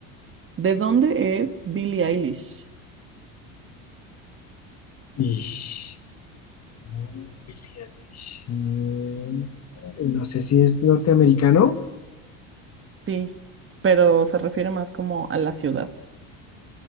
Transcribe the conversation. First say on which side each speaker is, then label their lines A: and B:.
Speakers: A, on the right (about 35°); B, on the left (about 40°).
A: ¿de dónde es Billie Eilish?
B: y- no, Billie Eilish. Eh, no sé si es norteamericano.
A: Sí, pero se refiere más como a la ciudad.